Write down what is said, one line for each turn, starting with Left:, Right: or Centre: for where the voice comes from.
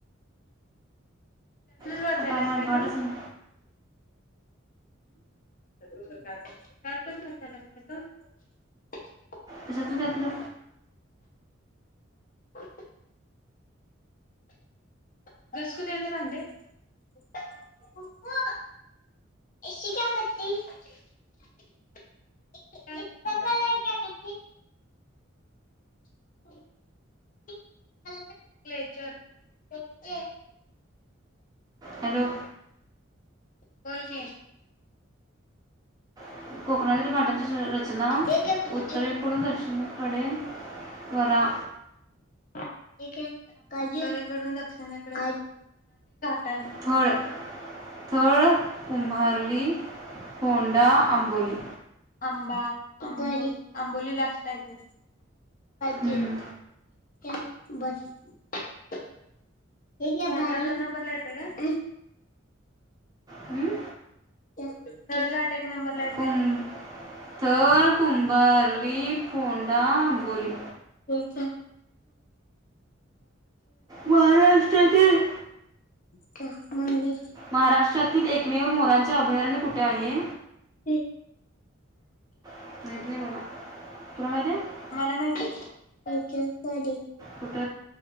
Left: वाचायल्यास
Right: आता आम्हाला
Left: काय तू?
Right: घाटच ना
Left: <unintelligible>
Right: कशाच त्यातल
Left: <unintelligible> क्लेचर
Right: हॅलो
Left: बोल की,
Right: <unintelligible> र रचना
Left: एक एक फक्त
Right: उत्तरेकडून दक्षिण कडे वरा
Left: <unintelligible> उत्तरेकडून दक्षिणेकडे <unintelligible>
Right: थळ थळ, कुंभारली, होंडा, आंबोली
Left: आंबां आंबोली आंबोलीला असलाय ते
Right: हम्म.
Left: <inaudible> <unintelligible> <unintelligible> <unintelligible> होंडा दोन नंबर ला येतोय काय?
Right: हम्म?
Left: <unintelligible> नंबरला येतोय.
Right: कुं थळ, कुंबार्ली, फोंडा, अंबोली
Left: <inaudible> <inaudible>
Right: महाराष्ट्रातील
Left: का मंदि
Right: महाराष्ट्रातील एकमेव मो त्यांचे अभयारण्य कुठ आहे.
Left: <inaudible> <inaudible>
Right: माहित नाही मला तुला माहिती आहे
Left: मला माहिती हे <inaudible>
Right: कुठ